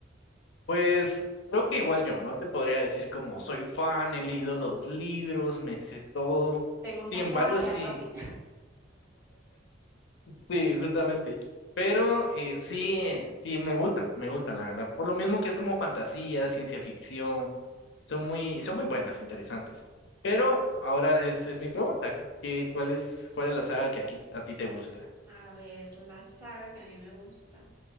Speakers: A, on the left; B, on the right.
A: Pues creo que igual yo, no te podría decir como soy fan, he leído los libros, me sé todo.
B: Tengo un
A: Sin
B: tatuaje,
A: embargo, sí,
B: algo así.
A: sí, justamente. Pero eh, sí, sí, me gustan, me gustan, la verdad. Por lo mismo que es como fantasía, ciencia ficción, son muy, son muy buenas, interesantes. Pero ahora es, es mi pregunta, ¿qué, cuál es, cuál es la saga que aquí a ti te gusta?
B: A ver, la saga que a mí me gusta.